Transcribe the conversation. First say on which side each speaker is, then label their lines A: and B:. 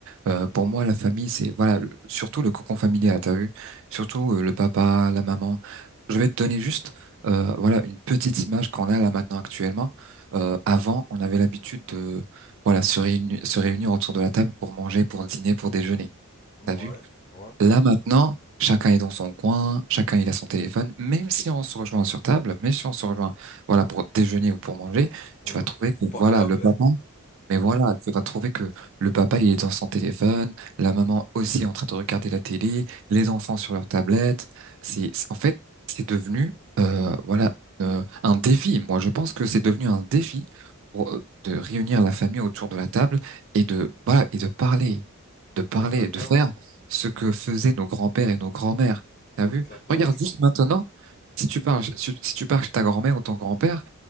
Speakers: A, on the right; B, on the left.
A: Euh, pour moi, la famille, c'est, voilà, le- surtout le cocon familial, t'as vu? Surtout euh, le papa, la maman. Je vais te donner juste, euh, voilà, une petite image qu'on a là maintenant actuellement. Euh, avant, on avait l'habitude de, voilà, se réunir, se réunir autour de la table pour manger, pour dîner, pour déjeuner.
B: Ouais,
A: T'as vu?
B: ouais.
A: Là maintenant, chacun est dans son coin, chacun il a son téléphone, même si on se rejoint sur table, même si on se rejoint, voilà, pour déjeuner ou pour manger,
B: Vous
A: tu
B: ne,
A: vas trouver
B: vous
A: que,
B: parlez
A: voilà,
B: à
A: le
B: peine.
A: papa, mais voilà, tu vas trouver que le papa, il est dans son téléphone, la maman aussi en train de regarder la télé, les enfants sur leur tablette. C'est, c'est- en fait, c'est devenu, euh, voilà, euh, un défi. Moi, je pense que c'est devenu un défi pour, euh, de réunir la famille autour de la table et de, voilà, et de parler, de parler,
B: Exactement.
A: de faire ce que faisaient nos grands-pères et nos grands-mères. T'as vu?
B: Exactement.
A: Regarde
B: ça
A: juste
B: fait-
A: maintenant, si tu parles, si, si tu parles chez ta grand-mère ou ton grand-père,